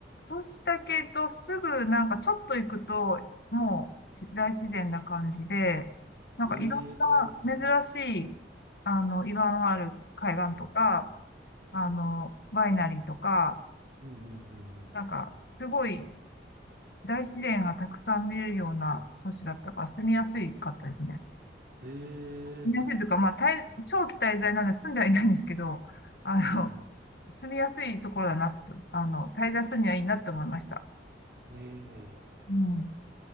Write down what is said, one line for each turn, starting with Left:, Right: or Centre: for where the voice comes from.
Left: 都市だけどすぐなんかちょっと行くと、もうち大自然な感じで、
Right: うんうん
Left: なんかいろん
Right: ええそう
Left: な珍しい、あの、岩のある海岸とか、
Right: なんだ。
Left: あの、ワイナリーとか、
Right: うんうんうんうん。
Left: なんかすごい大自然がたくさん見れるような都市だったから住みやすいかったですね。
Right: ええ
Left: 住みやすいというか、まあ、滞長期滞在なんで住んではいないんですけど、あの、
Right: うんうん
Left: 住みやすいところだなと、あの、滞在するにはいいなと思いました。
Right: うん。ええ
Left: うん。